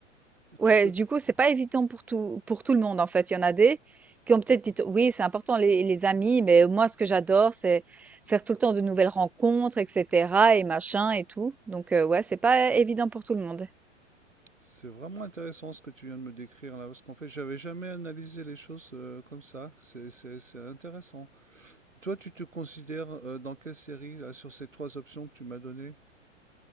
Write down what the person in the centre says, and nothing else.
Ouais,
du coup, c'est pas évident pour tout pour tout le monde, en fait. Il y en a des qui ont peut-être dit, oui, c'est important les, les amis, mais moi, ce que j'adore, c'est faire tout le temps de nouvelles rencontres, etc., et machin et tout. Donc, euh, ouais, c'est pas évident pour tout le monde.